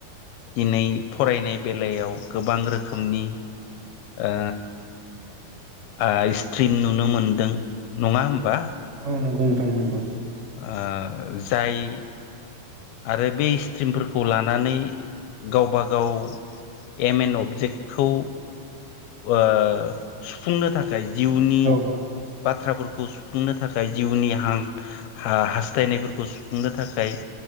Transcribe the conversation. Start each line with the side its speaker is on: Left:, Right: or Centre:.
Left: दिनै फरायनाय बेलायाव गोबां रोखोमनि ओ ओ स्ट्रिम नुनो मोनदों नङा होमबा
Right: औ औ नंगौ मोथां नंगौ
Left: ओ जाय आरो बे स्ट्रिमफोरखौ लानानै गावबा गाव एम एन अबजेक्टखौ ओ सुफुंनो थाखाय जिउनि
Right: औ औ
Left: बाथ्राफोरखौ सुफुंनो थाखाय जिउनि हां हास्थायनायफोरखौ सुफुंनो थाखाय